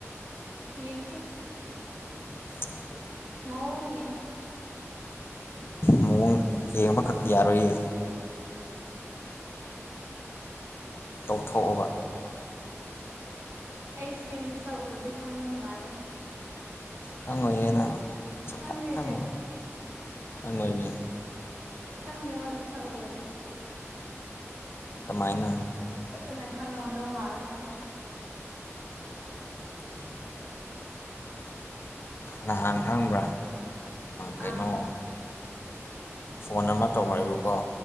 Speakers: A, on the right; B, on the left.
A: ꯌꯦꯡꯁꯦ
B: <inaudible>
A: ꯃꯑꯣꯡ ꯌꯦꯡꯁꯦ
B: ꯃꯑꯣꯡ ꯌꯦꯡꯕꯈꯛ ꯌꯥꯔꯣꯏꯌꯦ ꯇꯧꯊꯣꯛꯑꯕ
A: ꯑꯩꯁꯦꯅꯁ ꯑꯣꯗ ꯈꯪ ꯃꯥꯅꯦꯒꯣ
B: ꯈꯪꯏꯅ ꯁꯥ
A: ꯈꯪꯗꯦ
B: ꯈꯪꯥꯏ
A: ꯑꯁꯦꯡꯕ
B: ꯈꯪꯣꯏꯕꯤ
A: ꯈꯪꯅꯦ ꯋꯥ ꯅꯁꯛꯎꯔꯗꯤ
B: ꯀꯃꯥꯏꯅ
A: ꯐꯖꯅ ꯈꯪꯉꯝꯗꯧ ꯃꯥꯜꯗꯣ
B: ꯎ ꯅꯍꯥꯟ ꯈꯪꯕ꯭ꯔꯥ ꯀꯩꯅꯣ
A: ꯑꯥ
B: ꯐꯣꯟ ꯑꯃ ꯇꯧꯔꯛꯑꯦꯕꯀꯣ